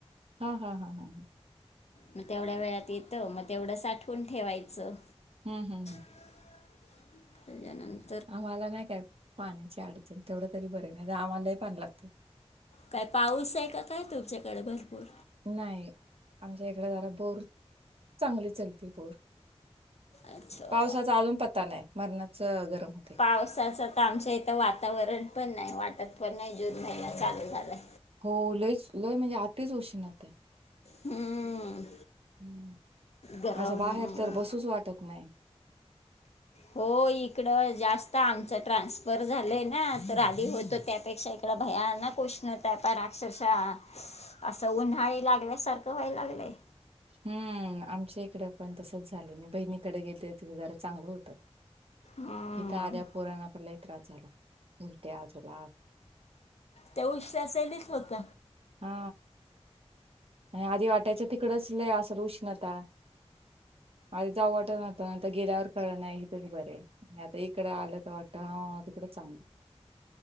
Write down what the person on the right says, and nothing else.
हा हा हा हा
<inaudible>
आम्हाला नाही काय पाण्याची अडचण तेवढं तरी बरे नाही आम्हालाही पाणी लागतय
नाही आमच्या इकडे झाला बोर चांगली चालते बोर
पावसाचा अजून पत्ता नाही मरणाच गरम होते
हो लयच लय म्हणजे आताच उशीणत आहे
हम्म
असं बाहेर तर बसूच वाटत नाही.
हम्म आमच्या इकडें पण तसच झालं मी बहिणीकडे गेले तथ जरा चांगलं होतं
इथ आध्या पोराना पलाही त्रास झाला उलट्या आजूला
हा आणि आधी वाटायच्या तिकडच ल असर उष्णता अ जा वाट नाताता गेल्यावर कळ नाही इथेच बरे आहे आता इकडं आलं तर वाटत ह तिकड चांगलं